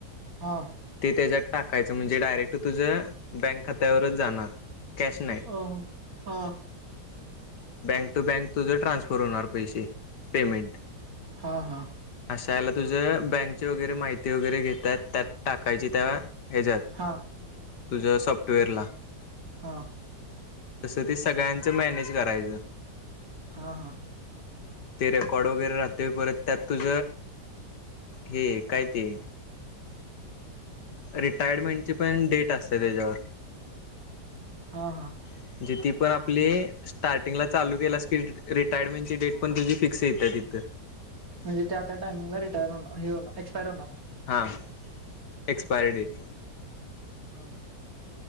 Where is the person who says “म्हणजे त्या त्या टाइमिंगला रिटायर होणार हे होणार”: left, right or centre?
Right